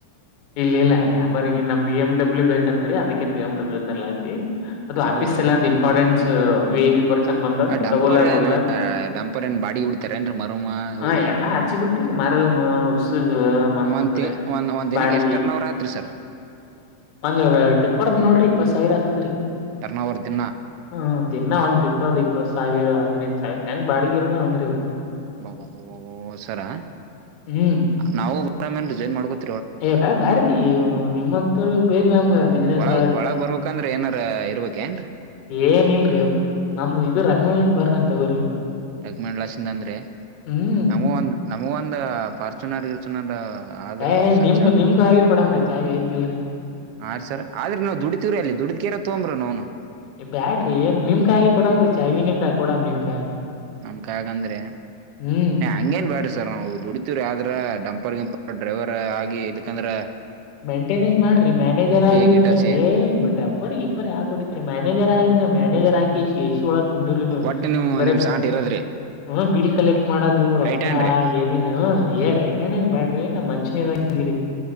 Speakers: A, on the left; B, on the right.
A: ಇಲ್ಲ ಇಲ್ಲ ಲ್ಯಾಮರ್ಗೆ ನಮ್ ಬಿ ಎಂ ಡಬ್ಲ್ಯೂ ಬೇಕಂತ್ರಿ ಅದಕ್ಕೆ ಬಿ ಎಂ ಡಬ್ಲ್ಯ ತರ್ಲಾತಿವಿ ಅದು
B: ಹೌದ್ರಿ
A: ಆಫೀಸ್ ಸಲ್ವಾಗಿ ಇಂಪಾರ್ಟೆನ್ಸ್ ವಿಐಪಿ ನ್ಯೂ ವರ್ಷನ್ ಬಂದಾವ್ರಿ
B: ಆ ಡಂಪರ್
A: ತೋಗೋಳ್ಯ ಹೋಗ್ಲ
B: ಏನ್ ಡಂಪರ್ ಏನ್ ಬಾಡಿಗೆ ಹೊಡಿತಾರೇನ್ರಿ ಮರಮ ಅವು
A: ಹ
B: ಇವು
A: ಎಲ್ಲಾ
B: ಹೊಡಿತಾರೇನ್ರಿ
A: ಹಚ್ಚಿ ಬಿಟ್ಟಿರಿ. ಮಾರಿದಮ್ಮ ಉಸುಗ ಮತ್
B: ಒಂದ್
A: ಅಂದ್ರೆ
B: ತಿ ಒಂದ್ ಒಂದ್ ದಿನಕ್ಕೆ
A: ಬಾಡಿಗೆ
B: ಎಷ್ಟ್ ಟರ್ನ್ ಅವರ್ ಆತ್ರಿ ಸರ್
A: ಒಂದ ಟಪ್ಪರ್ದ ನೋಡ್ರಿ ಇಪ್ಪತ್ ಸಾವಿರ ಆತದ್ರಿ.
B: ಟರ್ನ್ ಅವರ್ ದಿನ
A: ಹ್ಮ ದಿನ್ನಾ ಒಂದ ಟಿಪ್ಪರ್ದ ಇಪ್ಪತ್ತ ಸಾವಿರ ಹೆಡ್ನೈಡು ಸಾವಿರ ಹೆಂಗ ಬಾಡಿಗೆ ಇರ್ತವ ಹಂಗ್ರೀ ಇವ.
B: ಅಬ್ಬಬ್ಬಬ್ಬ ಸರ
A: ಹ್ಮ್
B: ನಾವು ಬೇ ರಿಜೈನ್ ಮಾಡಕೊತಿವೀ.
A: ಏ ಬ್ಯಾಡ್ ಬ್ಯಾಡರಿ ಇನು ನಿಮ್ಮಂತಾವ್ರ ಬೇಕ ನಮ್ಗ ಬಿಸ್ನೆಸ್
B: ಒಳಗ್
A: ಒಳಗ.
B: ಒಳಗ್ ಬರ್ಬೇಕಂದ್ರ ಏನಾರ ಇರ್ಬೇಕೇನ್ರಿ
A: ಏನ ಇಲ್ರಿ ಅಪ್ಪ ನಮ್ದ ಇ ರಂಗಮೂಲಿಂದ ಬರ್ರನ್ ತಗೋರಿ
B: ಟಕ್ಮಂಡಲಸಿಂಧ್ ಅಂದ್ರಿ
A: ಹ್ಮ್
B: ನಮ್ಗೂ ಒಂದ್ ನಮಗ ಒಂದ ಫಾರ್ಚುನರ್ ಗಿರ್ಚುನರ್ ಆದ್ರ
A: ಏ ಏ
B: ಸಜ್ಜ
A: ನಿಮ್ಗೂ ನಿಮ್ಗ ಕೈಯಾಗೆ ಕೊಡಂಗ್ರಿ ಚಾವಿ ಇತಲ್ರಿ.
B: ಆ ರಿ ಸರ್ ಆದ್ರ ನಾವು ದುಡತಿವ್ರೀ ಅಲ್ಲಿ ದುಡಿದಕ್ಯಾರ ತೊಂಬ್ರವನು.
A: ಏ ಬ್ಯಾಡ್ರಿ ನಿಮ್ಮ ಕೈಯಾಗೆ ಕೊಡುಮ್ನ್ರಿ ಚಾವಿನೆ ಕೊಡಮ ನಿಮ್ ಕೈಯಾಗ.
B: ನಮ್ಮ ಕೈಯಾಗ ಅಂದ್ರಿ
A: ಹ್ಮ್
B: ಹಂಗೇನ್ ಬ್ಯಾಡರಿ ಸರ್ ನಾವು ದುಡಿತಿವ್ರಿ ಆದ್ರ ಡಂಪರ್ ಗಿಂಪರ್ ಡ್ರೈವರ್ ಆಗಿ ಎದಕಂದ್ರ
A: ಮೇಂಟೆನೆನ್ಸ್ ಮಾಡ್ರಿ ಮ್ಯಾನೇಜರ್ ಆಗ್ರಿ
B: ಗಿಟಾಚಿ
A: ನೀ ಏ ಡಂಪರ್ ಗಿಂಪರ್ ಯಾಕ ಹೊಡೀತೀರಿ ಮ್ಯಾನೇಜರ್ ಆಗ್ರಿ. ಮ್ಯಾನೇಜರ್ ಆಗಿಕೆಶಿ ಎಸಿ ಒಳಗ ಕುಂದರ್ರಿ ನೀವ
B: ಒಟ್ಟ ನಿಮ್
A: ಬರೇ
B: ನಿಮ್ ಸಾಂಟ್ ಇರದ್ರಿ
A: ಹ್ಮ ಬೀಲ್ ಕಲೆಕ್ಟ್ ಮಾಡೋದು ರೊಕ್ಕ
B: ರೈಟ್ ಹ್ಯಾಂಡ್ ರೀ
A: ಏನೇನು ಏರ್ ಆಯ್ತು <unintelligible> ಬ್ಯಾಡ್ರಿ ನಮ್ಮ್ ಮಾನ್ಶ್ಯ ಹೇಳಿದಂಗ ಇರ್ರಿ.